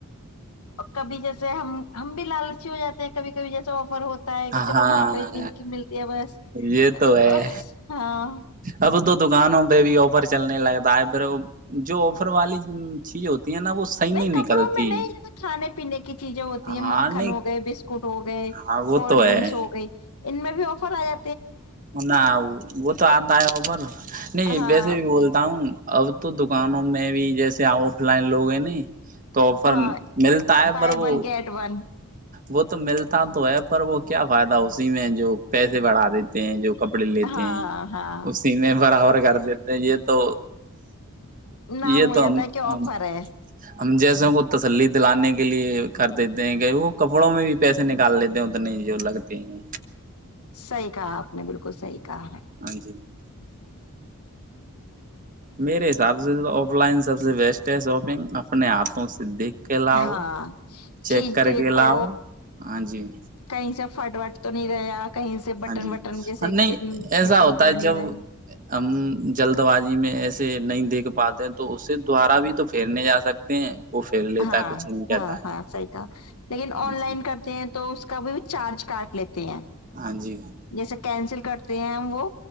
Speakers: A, on the left; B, on the right.
A: کبھی جیسے ہم ہم بھی لالچی ہو جاتے ہیں کبھی کبھی جیسے آفر ہوتے بتا ہے کہ
B: ہاں
A: چلو وہاں پرہ اتنی کی ملتی ہے بس
B: یہ تو ہے
A: بس ہاں
B: اب دکانوں پہ بھی آفر چلنے لگتا ہے پھر جو آفر والی چیز ہوتی ہے نا وہ صحیح
A: نہیں کپڑوں
B: نکلتی
A: میں نہیں جیسے کھانے پینے کی چیزیں ہوتی
B: ہاں
A: ہیں مکھن
B: نہیں
A: ہو گئے بسکٹ ہو گئے کوئی
B: ہاں وہ
A: کولڈ
B: تو ہے
A: ڈرنکس ہو گئی ان میں بھی آفر آیا
B: نہ وہ تو آتا ہے ار نہیں
A: ہاں
B: ویسے بھی بولتا ہوں اب تو دکانوں میں بھی جیسے آف لائن لوگ ہیں تو آفر
A: ہاں
B: ملتا ہے
A: بائی
B: پر وہ
A: ون گیٹ ون
B: وہ تو ملتا تو ہے پر وہ کیا فائدہ اسی میں جو پیسے بڑھا دیتے ہیں جو کپڑے لیتے
A: ہاں
B: ہیں
A: ہاں
B: اسی میں برابر کر دیتے ہیں یہ تو
A: نام
B: یہ
A: ہو
B: تو
A: جاتا
B: ہم
A: ہے کہ آفر
B: ہم
A: ہے
B: ہم جیسوں کو تسلی دلانے کے لیے کر دیتے ہیں وہ کپڑوں میں بھی پیسے نکال لیتے ہیں اتنے جو لگتے ہیں
A: صحیح کہا آپ نے بالکل صحیح کہا
B: ہاں جی میرے حساب سے آف لائن سب سے بیسٹ ہے شاپنگ اپنے ہاتھوں سے دیکھ کے لاؤ
A: ہاں
B: چیک
A: چیز
B: کر
A: دیکھو
B: کے لاؤ ہاں جی
A: کہیں سے فٹوٹ تو نہیں رہا کہیں سے بٹن
B: ہاں جی
A: وٹن جیسے
B: ہاں نہیں
A: کہ
B: ایسا
A: نکل
B: ہوتا
A: تو
B: ہے
A: نہیں
B: جب
A: رہے
B: ہم جلد بازی میں ایسے نہیں دیکھ پاتے ہیں تو اس سے دوارا بھی تو پھیرنے جا سکتے ہیں وہ پھیر لیتا
A: ہاں
B: ہے کچھ نہیں کہتا
A: ہاں
B: ہے
A: ہاں صحی کہ لیکن
B: ہاں
A: آن
B: جی
A: لائن کرتے ہیں تو اس کا بھی چارج کاٹ لیتے ہیں
B: ہاں جی
A: جیسے کینسل کرتے ہیں ہم وہ